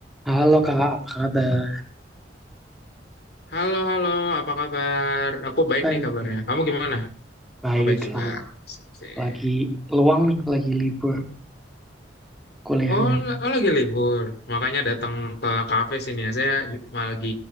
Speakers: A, in the centre; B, on the left.
A: Halo Kak, apa kabar?
B: Halo, halo, apa kabar? Aku baik
A: Baik,
B: nih kabarnya.
A: baik.
B: Kamu gimana?
A: Baik,
B: Oh, baik juga.
A: sama.
B: Sip, sip.
A: Lagi luang nih, lagi libur kuliahnya.
B: Oh, la- oh, lagi libur. Makanya datang ke kafe sini ya. Saya ju- malah lagi